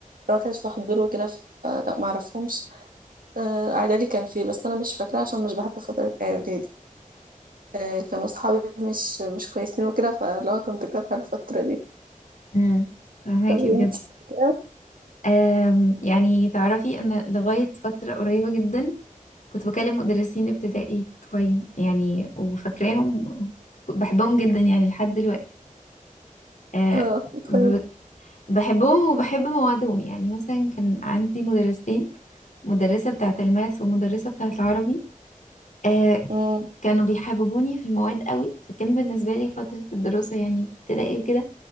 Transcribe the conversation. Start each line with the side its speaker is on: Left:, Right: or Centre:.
Right: ما كانش في حضور وكده فلا ما أعرفهمش آه، إعدادي كان فيه بس أنا مش فاكرة عشان مش بحب فترة إعدادي آه، كانوا صحابي مش مش كويسين وكده فلو كنت كارهة الفترة دي
Left: امم فهماكي
Right: طب وانتي؟
Left: بجد
Right: <laughs>
Left: أم يعني تعرفي أنا لغاية فترة قريبة جدا كنت بكلم مدرسين ابتدائي بتوعي يعني وفاكراهم بحبهم جدا يعني لحد دلوقتي أه
Right: اه
Left: ب-
Right: كويس
Left: بحبهم وبحب موادهم يعني مثلا كان عندي مدرسين مدرسة بتاعة الماث ومدرسة بتاعة العربي آه،
Right: امم
Left: كانوا بيحببوني في المواد قوي فكان بالنسبة لي فترة الدراسة يعني ابتدائي وكده